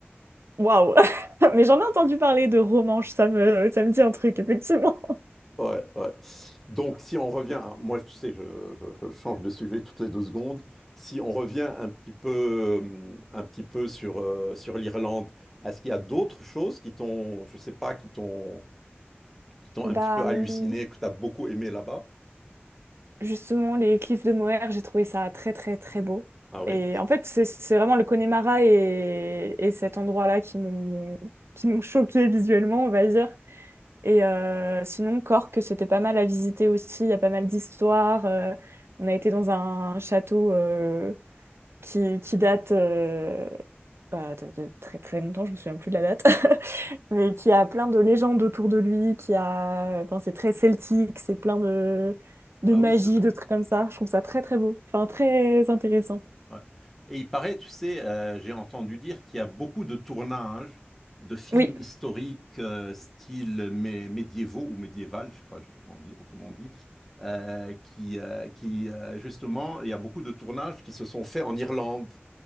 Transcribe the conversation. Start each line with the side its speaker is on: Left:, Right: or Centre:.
Right: Waouh. <laughs> Mais j'en ai entendu parler de Romanche, ça me, ça me dit un truc, effectivement. <laughs>
Centre: Ouais, ouais. Donc si on revient, moi tu sais, je, je- je change de sujet toutes les deux secondes. Si on revient un petit peu, hum, un petit peu sur, euh, sur l'Irlande, est-ce qu'il y a d'autres choses qui t'ont, je sais pas, qui t'ont, qui t'ont un
Right: Bah,
Centre: petit peu halluciné,
Right: hum,
Centre: que tu as beaucoup aimé là-bas?
Right: justement, les cliffs de Moher, j'ai trouvé ça très très très beau.
Centre: Ah oui.
Right: Et en fait, c'est c'est vraiment le Connemara et, et cet endroit-là qui m'ont qui m'ont choqué visuellement, on va dire. Et euh, sinon, Cork, c'était pas mal à visiter aussi. Il y a pas mal d'histoires. Euh, on a été dans un château euh, qui, qui date euh, bah, de, de très très longtemps, je me souviens plus de la date, <laughs> mais qui a plein de légendes autour de lui, qui a... Enfin, c'est très celtique, c'est plein de, de
Centre: Ah
Right: magie,
Centre: oui, c'est vrai.
Right: de trucs comme ça. Je trouve ça très très beau, enfin très intéressant.
Centre: Ouais. Et il paraît, tu sais, euh, j'ai entendu dire qu'il y a beaucoup de tournages de films
Right: Oui.
Centre: historiques, euh, style mé- médiévaux ou médiéval, je sais pas je- on dit- comment on dit, euh, qui, euh, qui euh, justement, il y a beaucoup de tournages qui se sont faits en Irlande.